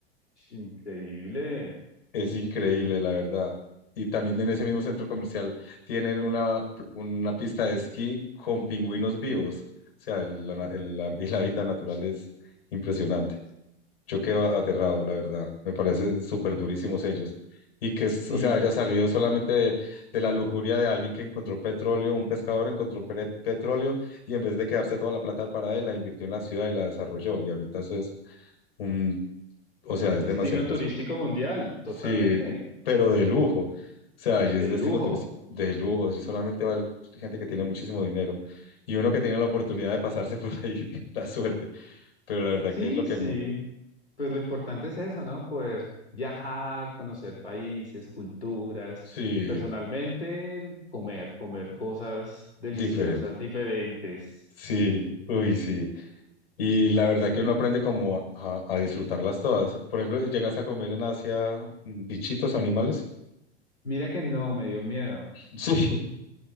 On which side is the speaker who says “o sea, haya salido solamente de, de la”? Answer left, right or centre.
Left